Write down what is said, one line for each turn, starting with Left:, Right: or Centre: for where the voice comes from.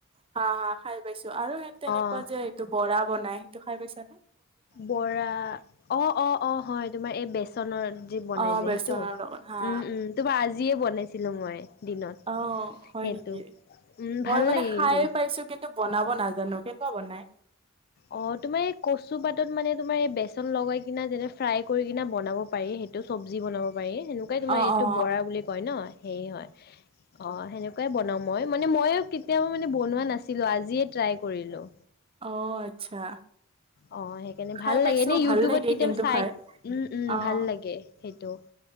Right: হা হা খাই পাইছো আৰু সে তেনেকুৱা
Left: অ',
Right: যে টো বৰা বনাই সেইটো খাই পাইছা নে?
Left: বৰা অ-অ-অ হয় তোমাৰ এই বেচনৰ যি বনাই
Right: অ
Left: যে
Right: বেচনৰ
Left: সেইটো উম
Right: লগত হা
Left: - উম তোপৰা আজিয়ে বনাইছিলো মই৷ দিনত
Right: অ হয়
Left: সেইটো।
Right: নেকি
Left: উম,
Right: মই
Left: ভাল
Right: মানে
Left: লাগে
Right: খাইে
Left: কিন্তু।
Right: পাইছো কিন্তু টো বনাব নাজানো। কেনেকুৱা বনাই?
Left: অ তোমাৰ এই কচু পাতত মানে তোমাৰ এই বেচন লগাই কিনা যেনে ফ্ৰাই কৰি কিনা বনাব পাৰি সেইটো। এইটো চব্জি বনাব পাৰি সেনেকোৱাই তোমাৰ
Right: অ
Left: এইটো
Right: অ
Left: বৰা বুলি কয় ন সেৰি হয়। অ সেনেকোৱাই বনাও মই মানে মই কেতিয়াবা মানে বনোৱা নাছিলো আজিয়ে ট্ৰাই কৰিলো।
Right: অ আচ্ছা
Left: অ সেইকাৰণে
Right: খাই
Left: ভাল
Right: পাইছো
Left: লাগে এনে ইউটিউবত
Right: ভাল লাগে
Left: কেতিয়াবা
Right: কিন্তু
Left: চাই
Right: খাই
Left: উম-উম
Right: অ
Left: ভাল লাগে সেইটো